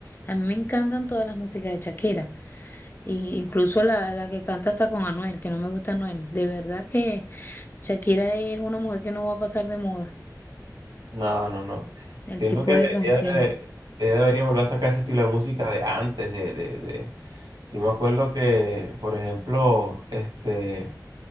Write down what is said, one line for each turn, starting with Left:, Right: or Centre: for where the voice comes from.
Left: A mí me encantan todas las músicas de Shakira. Y incluso la, la que canta hasta con Anuel, que no me gusta Anuel. De verdad que Shakira es una mujer que no va a pasar de moda.
Right: No, no, no.
Left: El
Right: Siento
Left: tipo
Right: que
Left: de canción.
Right: ella, debe- ella debería volver a sacar ese estilo de música de antes, de, de, de- Yo me acuerdo que, por ejemplo, este,